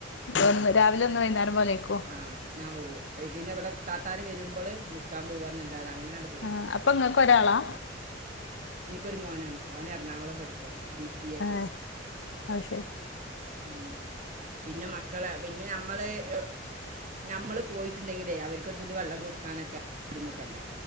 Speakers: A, on the left (about 70°); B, on the right (about 45°).
A: ഒന്ന് രാവിലെ ഒന്ന് വൈന്നേരം പോലേക്കോ
B: ആഹ് ഞാൻ പോകും <unintelligible> ഇവിടെ ഇത്താത്താര് വെരുമ്പള് നിക്കാൻ പോവാന്നല്ലാതെ അങ്ങനെ ആണ്ട്
A: ആഹ് അപ്പൊ ഇങ്ങക്ക് ഒരാളാ
B: ഇനിക്കൊരു മോനാ ഓൻ എറണാകുളം പഠിക്കാ ബി സി എക്ക്
A: ഏഹ് അത് ശരി
B: ഉം പിന്നെ മക്കളാ പിന്നെ ഞമ്മള് എ ഞമ്മള് പോയിട്ടുണ്ടെങ്കിലേ അവർക്ക് ഒരു തുള്ളി വെള്ളം കൊടുക്കാനൊക്കെ ബുദ്ധിമുട്ടല്ലേ